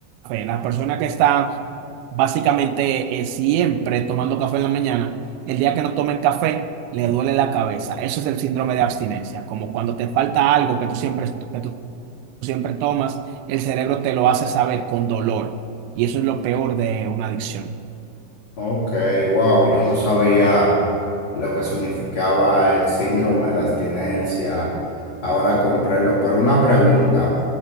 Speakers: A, on the right; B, on the left.
A: La persona que está básicamente eh, siempre tomando café en la mañana, el día que no tomen café, le duele la cabeza. Eso es el síndrome de abstinencia, como cuando te falta algo que tú siempre, que tú siempre tomas, el cerebro te lo hace saber con dolor. Y eso es lo peor de una adicción.
B: Ok, wow, yo no sabía lo que significaba el síndrome de abstinencia. Ahora comprendo, pero una pregunta,